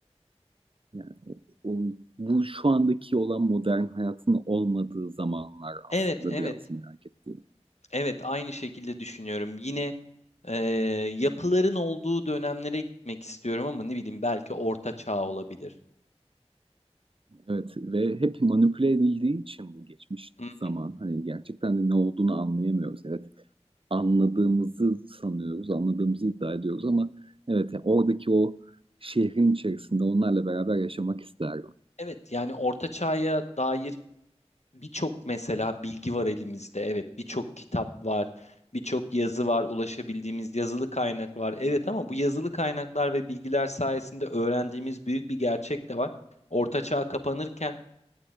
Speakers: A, on the right; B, on the left.
A: yani o bu şu andaki olan modern hayatın olmadığı zamanlar
B: Evet,
A: aslında
B: evet.
A: biraz merak ettiğim.
B: Evet, aynı şekilde düşünüyorum. Yine e, yapıların olduğu dönemlere gitmek istiyorum ama ne bileyim belki Orta Çağ olabilir.
A: Evet ve hep manipüle edildiği için bu geçmiş
B: Hı hı.
A: zaman hani gerçekten de ne olduğunu anlayamıyoruz. Evet anladığımızı sanıyoruz, anladığımızı iddia ediyoruz ama evet ya oradaki o şehrin içerisinde onlarla beraber yaşamak isterdim.
B: Evet, yani Orta Çağ'a dair birçok mesela bilgi var elimizde. Evet, birçok kitap var, birçok yazı var, ulaşabildiğimiz yazılı kaynak var. Evet ama bu yazılı kaynaklar ve bilgiler sayesinde öğrendiğimiz büyük bir gerçek de var. Orta Çağ kapanırken